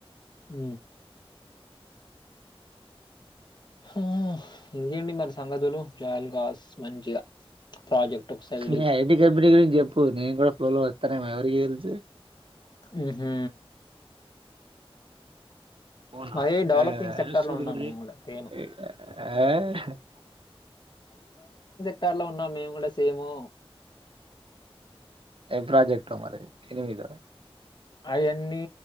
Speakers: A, on the left; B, on the right.
A: అ ఉ ఇంకేట్టి మరి సంగతులు జాయలుకాస్ మంచిగా ప్రాజెక్ట్ ఒక సైడ్
B: ని ఐటి కంపెనీ గురించి చెప్పు నేను కూడా త్వరలో లో వస్తానేమో ఎవరికి తెలుసు ఉ
A: ఉ హు
B: ఓన్
A: మరీ డెవలపింగ్ సెక్టర్
B: హ
A: లో ఉన్నాం మేము కూడా సేమ్
B: అ
A: క్టార్ లో ఉన్నాం మేము కూడా సేము
B: ఏ ప్రాజెక్ట్ మరి ఎనిమిధ
A: అయన్నీ